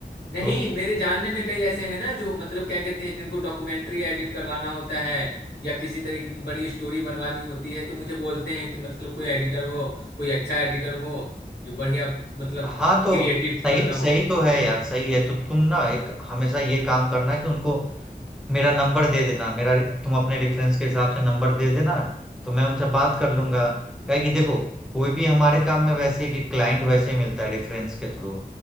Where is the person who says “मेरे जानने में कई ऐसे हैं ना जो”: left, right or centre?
Left